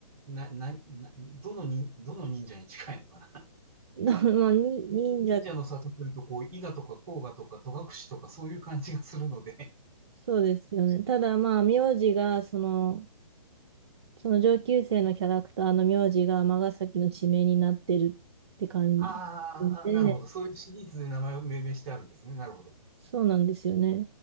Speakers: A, on the right; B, on the right.
A: な、な、な、どのに、どの忍者に近いのかな。
B: <laughs> まあ、に忍者、
A: <laughs> に忍者の里というと、こう、伊賀とか甲賀とか戸隠とかそういう感じがするので、
B: そうですよね。ただ、まあ、名字が、その、その上級生のキャラクターの名字が尼崎の地名になってるって感じで、
A: <laughs> ああ、なるほど。そういうシリーズで名前を命名してあるんですね。なるほど。
B: そうなんですよね。